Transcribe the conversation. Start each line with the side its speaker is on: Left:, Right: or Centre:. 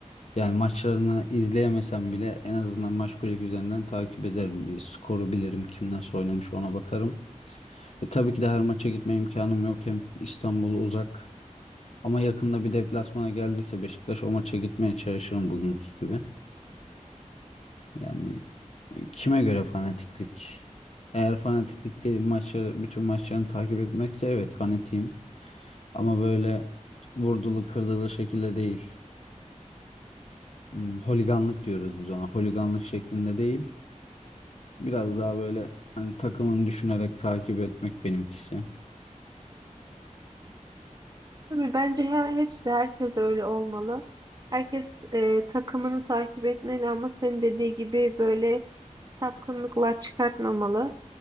Left: Yani maçlarını izleyemesem bile en azından maç kulübü üzerinden takip ederim. Bir Skoru bilirim, kim nasıl oynamış ona bakarım. E, tabii ki de her maça gitme imkanım yok. Hem İstanbul uzak ama yakında bir deplasmana geldiyse Beşiktaş o maça gitmeye çalışırım bugünkü gibi. Yani kime göre fanatiklik? Eğer fanatiklik dediğim maçları, bütün maçlarını takip etmekse evet fanatiyim. Ama böyle vurdulu kırdılı şekilde değil. Hmm, holiganlık diyoruz biz ona. Holiganlık şeklinde değil. Biraz daha böyle hani takımını düşünerek takip etmek benimkisi.
Right: Tabii bence her hepsi herkes öyle olmalı. Herkes e, takımını takip etmeli ama senin dediği gibi böyle sapkınlıklar çıkartmamalı.